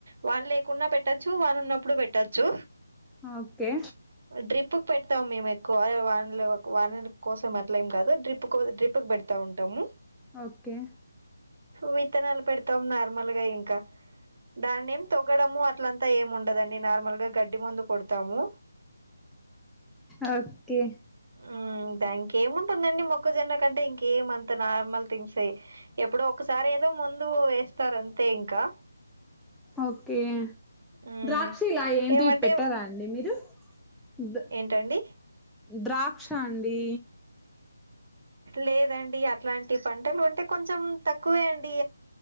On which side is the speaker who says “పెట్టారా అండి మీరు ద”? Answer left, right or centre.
Centre